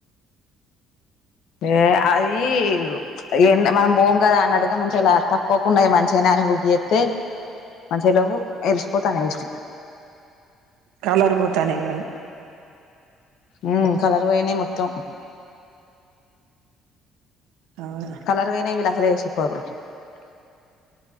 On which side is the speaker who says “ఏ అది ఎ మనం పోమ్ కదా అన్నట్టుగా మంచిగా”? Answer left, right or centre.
Left